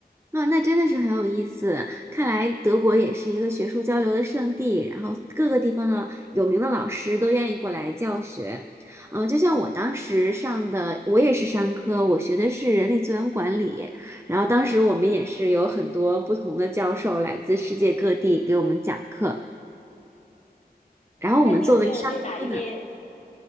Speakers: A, on the right (about 15°); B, on the left (about 45°).
A: 啊，那真的是很有意思。看来德国也是一个学术交流的圣地，然后各个地方的有名的老师都愿意过来教学。嗯、就像我当时上的，我也是商科，我学的是人力资源管理。然后当时我们也是有很多不同的教授来自世界各地给我们讲课。然后我们作为商科的，
B: 但你有没有对哪一位，